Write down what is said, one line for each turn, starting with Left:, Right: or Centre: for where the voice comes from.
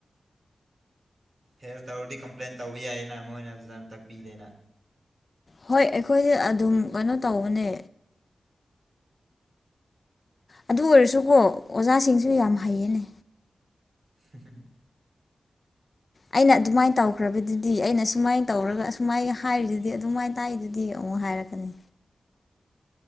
Right: ꯐꯦꯔ ꯇꯧꯔꯗꯤ ꯀꯝꯄ꯭ꯂꯦꯟ ꯇꯧꯕ ꯌꯥꯏꯌꯦꯅ ꯃꯣꯏꯅ ꯐꯖꯅ ꯇꯥꯛꯄꯤꯗꯦꯅ
Left: ꯍꯣꯏ ꯑꯩꯈꯣꯏꯁꯦ ꯑꯗꯨꯝ ꯀꯩꯅꯣ ꯇꯧꯕꯅꯦ ꯑꯗꯨ ꯑꯣꯏꯔꯁꯨꯀꯣ ꯑꯣꯖꯥꯁꯤꯡꯁꯨ ꯌꯥꯝ ꯍꯩꯌꯦꯅꯦ
Right: ꯍꯨꯝ ꯍꯨꯝ
Left: ꯑꯩꯅ ꯑꯗꯨꯃꯥꯏꯅ ꯇꯧꯈ꯭ꯔꯕꯗꯨꯗꯤ ꯑꯩꯅ ꯁꯨꯃꯥꯏꯅ ꯇꯧꯔꯒ ꯑꯨꯃꯥꯏ ꯍꯥꯏꯔꯤꯗꯨꯗꯤ ꯑꯗꯨꯃꯥꯏꯅ ꯇꯥꯏꯗꯨꯗꯤ ꯑꯃꯨꯛ ꯍꯥꯏꯔꯛꯀꯅꯤ